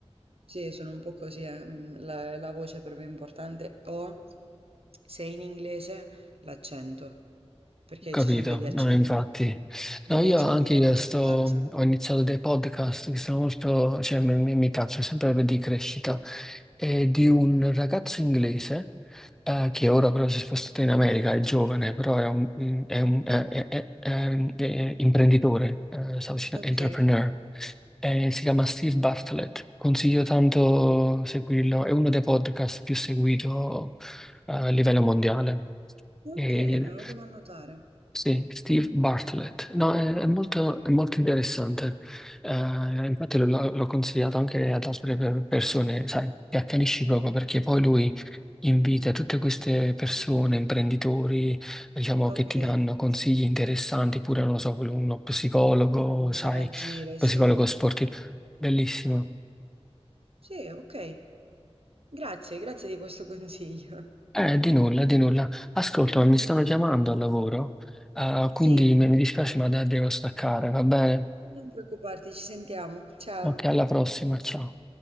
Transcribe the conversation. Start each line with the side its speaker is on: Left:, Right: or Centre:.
Right: sì, sono un po' così, eh, mm, La, la voce per me è importante, o se in inglese l'accento, perché
Centre: Capito,
Right: ci sono degli accenti,
Centre: no, infatti.
Right: degli
Centre: No, io
Right: accenti
Centre: anche
Right: che
Centre: io
Right: non ce
Centre: sto,
Right: la faccio.
Centre: ho iniziato dei podcast che sono molto, cioè mi, mi mi piacciono sempre di crescita, e di un ragazzo inglese eh, che ora però si è spostato in America, è giovane, però è un, mm, è un- è- è- è- è un- è imprenditore, eh, stavo dicendo
Right: Ok,
Centre: entrepreneur, Eh, si chiama Steve Bartlett. Consiglio tanto seguirlo, è uno dei podcast più seguito eh, a livello mondiale.
Right: ok,
Centre: E-
Right: me lo devo annotare.
Centre: sì, Steve Bartlett. No, è, è molto, è molto interessante. Eh, infatti l'ho l'ho consigliato anche ad altre per- persone, sai, ti accanisci proprio perché poi lui invita tutte queste persone, imprenditori, diciamo,
Right: Ok,
Centre: che ti danno consigli interessanti, pure, non lo so, uno psicologo,
Right: ad interagire,
Centre: sai, psicologo
Right: sì.
Centre: sportivo. Bellissimo.
Right: Sì, okay. Grazie, grazie di questo consiglio.
Centre: Eh, di nulla, di nulla. Ascolta, ma mi
Right: <laughs>
Centre: stanno
Right: Va bene.
Centre: chiamando al lavoro, eh, quindi
Right: Sì,
Centre: mi mi dispiace, ma de- devo staccare, va bene?
Right: non preoccuparti, ci sentiamo. Ciao.
Centre: Ok, alla prossima, ciao.